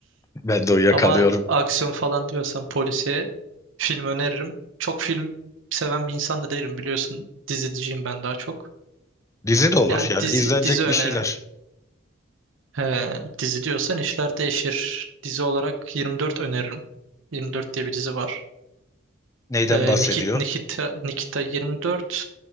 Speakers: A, on the left; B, on the right.
A: Ben de uyuyakalıyorum.
B: Ama aksiyon falan diyorsan polisiye film öneririm. Çok film seven bir insan da değilim biliyorsun. Diziciyim ben daha çok.
A: Dizi de olur
B: Yani
A: yani
B: dizi
A: izlenecek
B: dizi öneririm.
A: bir şeyler.
B: He, dizi diyorsan işler değişir. Dizi olarak 24 öneririm. 24 diye bir dizi var.
A: Neyden
B: Ee,
A: bahsediyor?
B: Nikit, Nikita, Nikita 24.